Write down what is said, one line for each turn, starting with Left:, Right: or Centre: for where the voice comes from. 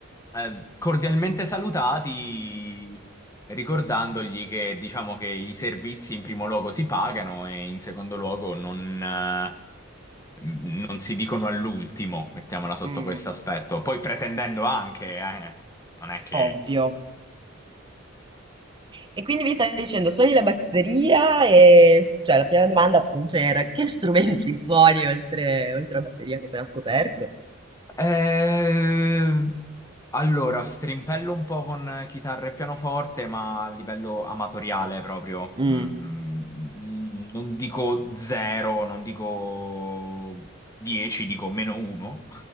Left: eh, cordialmente salutati, ricordandogli che diciamo che i servizi in primo luogo si pagano e in secondo luogo non, eh, non si dicono all'ultimo, mettiamola sotto
Right: Mm,
Left: questo aspetto. Poi pretendendo anche, eh, non è che...
Right: ovvio. E quindi mi stai dicendo, suoni la batteria e s- cioè, la prima domanda appunto era che <laughs> strumenti suoni oltre, oltre la batteria che ho appena scoperto?
Left: Eh, allora, strimpello un po' con chitarra e pianoforte, ma a livello amatoriale proprio.
Right: Mm,
Left: Mm, mm, non dico zero, non dico dieci, dico meno uno.